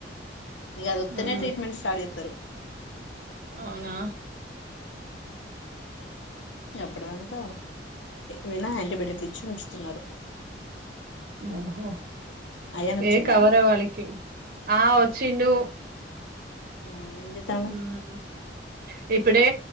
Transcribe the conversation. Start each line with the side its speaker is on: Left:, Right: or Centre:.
Left: ఇగ ఆది వోత్తనే
Right: మ్మ్
Left: ట్రీట్మెంట్ స్టార్ట్ చే తరు
Right: అవునా
Left: ఎప్పుటిదాంక వినా యాంటీబయటిక్ ఇచ్చి వచి స్తున్నారు
Right: ఓహో
Left: అయాన్ వచ్చిండా
Right: ఏ కవరవళిక ఆ వచ్చిండు
Left: హ్మ్ ఎం చేతన్నావ్
Right: మ్మ్ ఇప్పుడే